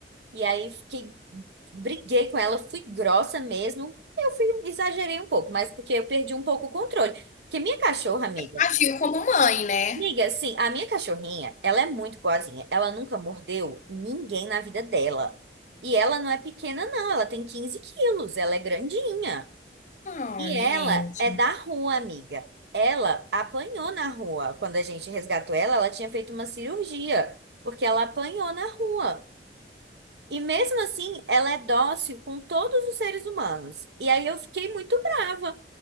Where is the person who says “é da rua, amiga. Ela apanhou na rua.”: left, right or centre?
Right